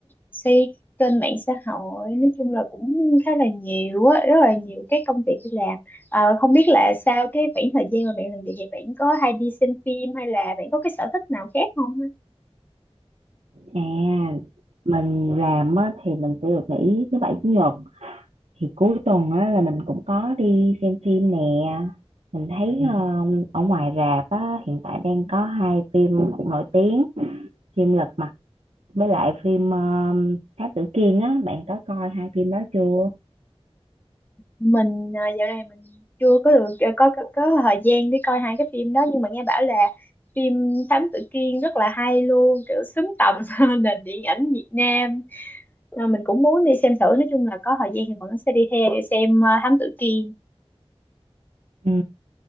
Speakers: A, on the left (about 15°); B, on the right (about 85°).
A: xây kênh mạng xã hội nói chung là cũng khá là nhiều á rất là nhiều cái công việc đi làm Ờ, không biết là sau cái khoảng thời gian mà bạn làm việc thì bạn có hay đi xem phim hay là bạn có cái sở thích nào khác không á?
B: à mình làm á, thì mình sẽ được nghỉ thứ bảy chủ nhật thì cuối tuần á, là mình cũng có đi xem phim nè mình thấy Ừ. ờ, ở ngoài rạp á, hiện tại đang có hai phim cũng nổi tiếng phim Lật Mặt với lại phim uh, Thám Tử Kiên á bạn có coi hai phim đó chưa
A: mình ờ, dạo này mình chưa có được ờ, có, có có thời gian để coi hai cái phim đó nhưng mà nghe bảo là phim Thám Tử Kiên rất là hay luôn kiểu xứng tầm <laughs> nền điện ảnh Việt Nam Ờ, mình cũng muốn đi xem thử nói chung là có thời gian thì vẫn sẽ đi theo xem ờ, Thám Tử Kiên
B: Ừ.